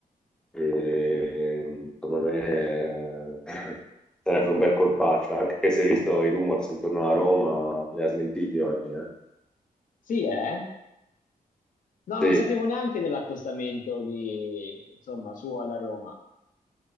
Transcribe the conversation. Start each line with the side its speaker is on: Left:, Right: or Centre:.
Centre: e, secondo me eh, <laughs> sarebbe un bel colpaccio, anche se hai visto i rumors intorno a Roma, li ha smentiti oggi, eh?
Left: Sì, eh? No, non
Centre: Sì,
Left: sapevo neanche dell'accostamento di, insomma, suo alla Roma.